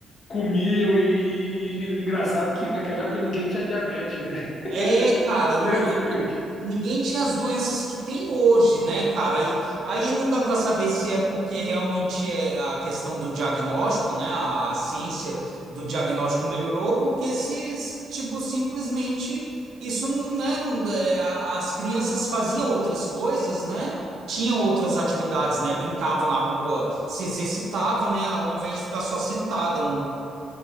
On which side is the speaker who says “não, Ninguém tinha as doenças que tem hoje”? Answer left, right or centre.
Right